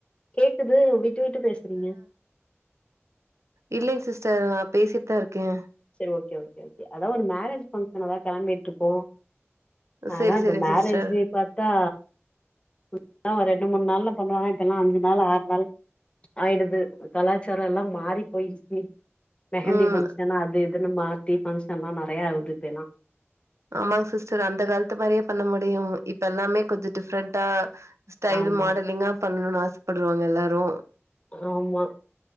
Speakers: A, on the left; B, on the right.
A: கேக்குது விட்டுவிட்டு பேசுறீங்க
B: இல்லங் சிஸ்டர் நா பேசிட்தா இருக்கே
A: செரி ஓககே ஓக்கே ஓக்கே அதா ஒரு மேரேஜ் பங்க்ஷன் அதா கெளம்பீட்ருக்கோ அதா
B: சேரி
A: இப்ப
B: சேரிங்
A: மேரேஜ்பார்த்தா
B: சிஸ்டர்
A: முன்னால்ல ஒரு ரெண்டுமூண் நாள்ல பண்ணுவாங்க இப்பெல்லா அஞ்சுநாள் ஆற்நாளு ஆய்டுது கலாச்சார எல்லாம் மாறி போய்ருச்சு மெஹந்தி
B: ம்
A: பங்க்ஷன்னு அது இதுன்னு மாத்தி பங்க்ஷன் நெறையா ஆவுதுஇப்பயெல்லா
B: ஆமாங் சிஸ்டர் அந்த காலத்து மரியே பண்ணமுடியு இப் த்தெல்லாமே கொஞ்ச டிஃப்ரெண்ட்டா ஸ்டைல்
A: ஆமா
B: மாடலிங்கா பண்ணனு ஆசப்படுவாங்க எல்லாரு
A: ஆமா